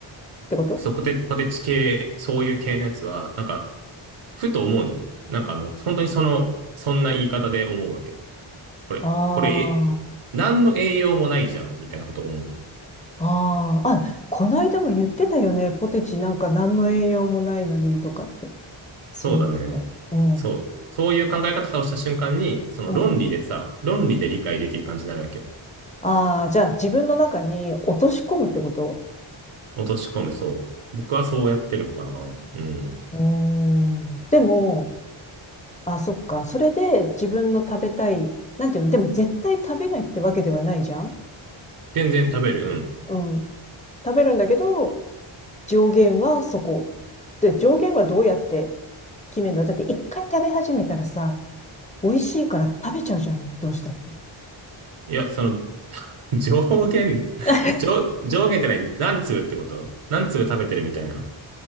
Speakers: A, on the left; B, on the right.
A: てこと
B: そう、ポテ、ポテチ系、そういう系のやつは、なんか、ふと思うんだよね。なんかあの、本当にその、そんな言い方で思うわけ。これ、
A: あ
B: これ、え、何の栄養もないじゃんみたいなことを思う。
A: あ、ああ、あ、こないだも言ってたよね。ポテチなんか何の栄養もないのにとかって。そういえば。
B: そうだね。
A: うん、
B: そう。そういう考え方をした瞬間に、その論理でさ、
A: うん。
B: 論理で理解できる感じになるわけよ。
A: ああ、じゃあ自分の中に落とし込むってこと
B: 落とし込む、そう。僕はそうやってるかな。うん。
A: うーん。でも、あ、そっか。それで自分の食べたい、なんていうの、でも絶対食べないってわけではないじゃん
B: 全然食べる、うん。
A: うん。食べるんだけど、上限はそこ。で、上限はどうやって決めるのだって一回食べ始めたらさ、美味しいから食べちゃうじゃん。どうしたって。
B: いや、その、<laughs> 上限、
A: <laughs>
B: 上、上限って何何粒ってこと何粒食べてるみたいな。